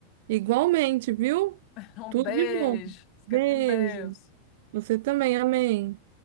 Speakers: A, on the right; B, on the left.
A: Igualmente, viu?
B: <laughs> Um
A: Tudo
B: beijo.
A: de bom.
B: Fica
A: Beijo.
B: com Deus.
A: Você também, amém.